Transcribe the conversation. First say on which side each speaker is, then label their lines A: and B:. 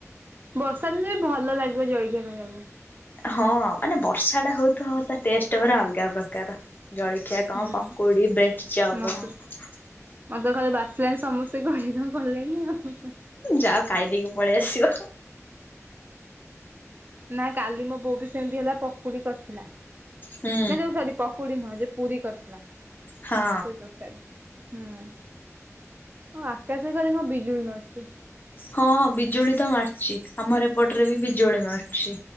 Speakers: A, on the right (about 35°); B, on the left (about 40°).
A: ବର୍ଷା ଦିନେ ବି ଭଲ ଲାଗିବ ଜଳଖିଆ ଖାଇବାକୁ।
B: ହଁ ମାନେ ବର୍ଷାଟା ହଉଥିବ ତା ଟେଷ୍ଟ ପୁରା ଅଲଗା ପ୍ରକାର। ଜଳଖିଆ କଣ
A: ହୁଁ
B: ପାକୁଡି ବ୍ରେଡଚପ
A: ମତେ
B: ହବ।
A: ମତେ ଘରେ ବାସିଲାଣି ସମସ୍ତେ କହିକି କଣ କଲେଣି ଆଉ
B: ଯାଅ ଖାଇଦେଇକି ପଳେଇ ଆସିବ।
A: ନା କାଲି ମୋ ବୋଉ ବି ସେମିତି ହେଲା ପକୁଡି କରିଥିଲା।
B: ହୁଁ
A: ନା ଯଉ ସରି ପକୁଡି ନୁହଁ ଯେ ପୁରୀ କରିଥିଲା।
B: ହଁ
A: ପୁରୀ ତରକାରି ହୁଁ। ଓହ ଆକାଶ ଗଲେ କଣ ବିଜୁଳି ମାରୁଛି।
B: ହଁ ବିଜୁଳି ତ ମାରୁଛି ଆମର ଏପଟରେ ବି ବିଜୁଳି ମାରୁଛି।